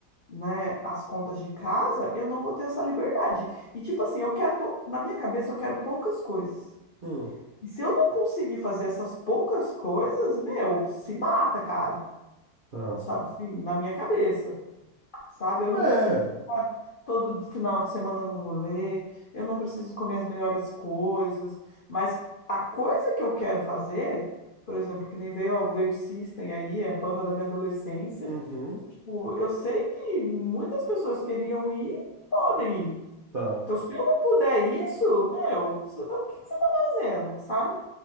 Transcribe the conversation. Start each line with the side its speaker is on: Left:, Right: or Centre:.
Left: né, as contas de casa, eu não vou ter essa liberdade. E, tipo assim, eu quero, pou- na minha cabeça, eu quero poucas coisas.
Right: Hum,
Left: E se eu não conseguir fazer essas poucas coisas, meu, se mata, cara,
Right: tá.
Left: sabe? Assim, na minha cabeça sabe? Eu não
Right: É.
Left: preciso ficar todo final de semana no rolê, eu não preciso comer as melhores coisas, mas a coisa que eu quero fazer, por exemplo, que nem veio, veio o System aí, é a banda da minha adolescência,
Right: Uhum,
Left: tipo, eu sei que muitas pessoas queriam ir, podem ir.
Right: tá.
Left: Então, se eu não puder isso, meu, você tá- o que que você tá fazendo, sabe?